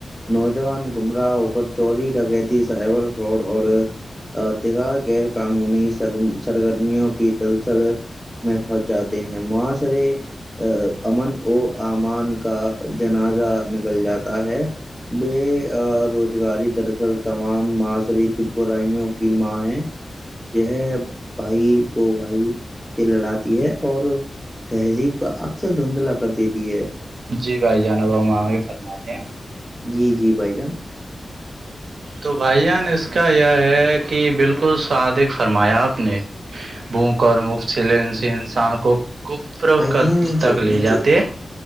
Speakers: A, in the centre; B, on the right.
A: نوجوان گمراہ ہو کر چوری ڈکے تھی سائبر فراڈ اور دیگرار غیر قانونی سر سرگرمیوں کی دلسل میں پھنس جاتے ہیں معاسرے امن و امان کا جنازہ نکل جاتا ہے بے روزگاری دراصل تمام معاشریتی برائیوں کی ماں ہے جو ہے بھائی کو بھائی سے لڑاتی ہے اور تہذیب کا اکثر دھندلا کر دیتی ہے
B: جی بھائی جانب ہم وہ بھی فرماتے ہیں
A: جی جی بھائی جان
B: تو بھائی جان اس کا یہ ہے کہ بالکل صادق فرمایا آپ نے بھوک اور مک چلے انسان کو فروخت
A: بھائی جی نیچے
B: تک لے
A: نیچے
B: جاتے